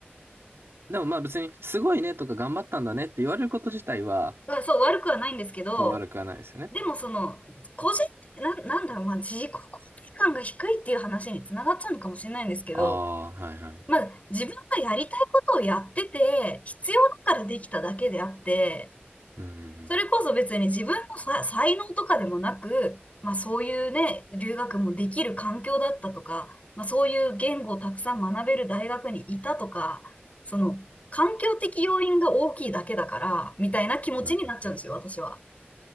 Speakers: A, on the right (about 90°); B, on the left (about 35°).
A: でもまあ別に、すごいねとか頑張ったんだねって言われること自体は、
B: まあそう、悪くはないんですけど、
A: そう悪くはないですよね。
B: でもその、個人的、な、なんだろう、まあ、自己肯定感が低いっていう話につながっちゃうのかもしれないんですけど、
A: ああ、はいはい。
B: まあ、自分がやりたいことをやってて、必要だからできただけであって、
A: うん、うん、
B: それこそ別に自分のさ才能とかでもなく、まあそういうね、留学もできる環境だったとか、まあそういう言語をたくさん学べる大学にいたとか、その環境的要因が大きいだけだから、みたいな気持ちになっちゃうんですよ、
A: うん、うんう
B: 私は。